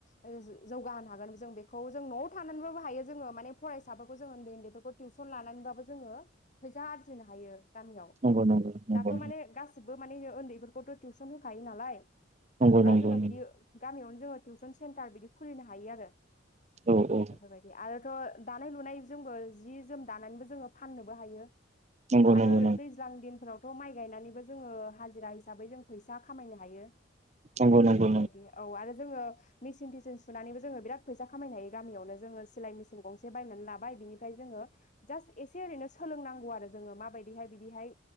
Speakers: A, on the left; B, on the right.
A: ओ ज जौगा हागोन जों बेखौ जों न'आव थानानैबाबो हायो। जोङो माने फराय साफोरखौ जों उन्दै उन्दैफोरखौ टिउसन लानानैबाबो जोङो फैसा आरजिनो हायो‌ गामियाव।
B: नंगौ नंगौ नंगौ
A: दाथ' माने गासिबबो माने ओन्दैफोरखौथ' टिउसन होखायो नालाय
B: नंगौ
A: दा जोङो
B: नंगौ
A: बिदि गामियावनो जोङो टिउसन सेन्टार बिदि खुलिनो हायो आरो।
B: औ औ
A: बेफोरबायदि। आरोथ' दानाय लुनाय जोंबो जि जोम दानानैबो जोङो फाननोबो हायो
B: नंगौ
A: आरो
B: नंगौ
A: ओ दैज्लां दिनफोराव थ' माइ गायनानैबो जोङो हाजिरा हिसाबै जों फैसा खामायनो हायो।
B: नंगौ नंगौ
A: बेफोरबायदि
B: नंगौ
A: औ आरो जोंङो मेचिन थिसिन सुनानैबो जोंङो बिराद फैसा खामायनो हायो गामियावनो जोंङो सिलाय मिचिन गंसे बायनानै लाबाय बिनिफाय जोङो जास्ट एसे ओरैनो सोलोंनांगौ आरो जोङो माबायदिहाय बिदिहाय